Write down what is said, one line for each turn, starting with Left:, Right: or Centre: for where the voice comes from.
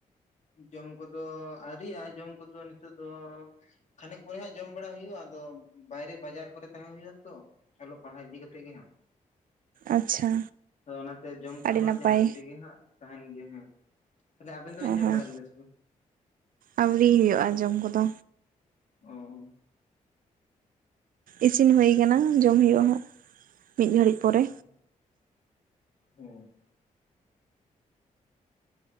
Left: ᱡᱚᱢ ᱠᱚᱫᱚ ᱟᱹᱨᱤᱭᱟᱜᱼᱟ ᱡᱚᱢ ᱠᱚᱫᱚ ᱱᱤᱛᱚᱜ ᱫᱚ᱾ ᱠᱷᱟᱱᱮᱠ ᱯᱚᱨᱮ ᱦᱟᱸᱜ ᱡᱚᱢ ᱵᱟᱲᱟ ᱦᱩᱭᱩᱜᱼᱟ ᱟᱫᱚ ᱵᱟᱭᱨᱮ ᱵᱟᱡᱟᱨ ᱠᱚᱨᱮ ᱛᱟᱦᱮᱸ ᱦᱩᱭᱩᱜᱼᱟ ᱛᱚ᱾ ᱚᱞᱚᱜ ᱯᱟᱲᱦᱟ ᱤᱫᱤ ᱠᱟᱛᱮ ᱜᱮ ᱦᱮᱸ᱾
Right: ᱟᱪᱪᱷᱟ
Left: ᱟᱫᱚ ᱚᱱᱟᱛᱮ ᱡᱚᱢ ᱠᱚᱫᱚ
Right: ᱟᱹᱰᱤ
Left: ᱦᱟᱸᱜ
Right: ᱱᱟᱯᱟᱭ
Left: ᱡᱟᱦᱟᱸ ᱛᱤ ᱨᱮᱜᱮ ᱦᱟᱸᱜ ᱛᱟᱦᱮᱱ ᱜᱮᱭᱟ ᱦᱮᱸ᱾ ᱛᱟᱦᱚᱞᱮ ᱟᱵᱤᱱ ᱫᱚᱵᱮᱱ
Right: ᱚ
Left: ᱡᱚᱢ
Right: ᱦᱚᱸ
Left: ᱵᱟᱲᱟ ᱠᱮᱫᱟ ᱥᱮ ᱵᱟᱝ?
Right: ᱟᱹᱣᱨᱤ ᱦᱩᱭᱩᱜᱼᱟ ᱡᱚᱢ ᱠᱚᱫᱚ᱾
Left: ᱚᱸ᱾
Right: ᱤᱥᱤᱱ ᱦᱳᱭ ᱠᱟᱱᱟ᱾ ᱡᱚᱢ ᱦᱩᱭᱩᱜᱼᱟ ᱦᱟᱸᱜ᱾ ᱢᱤᱫ ᱜᱷᱟᱹᱲᱤᱡ
Left: ᱦᱩᱸ
Right: ᱯᱚᱨᱮ
Left: ᱦᱩᱸ᱾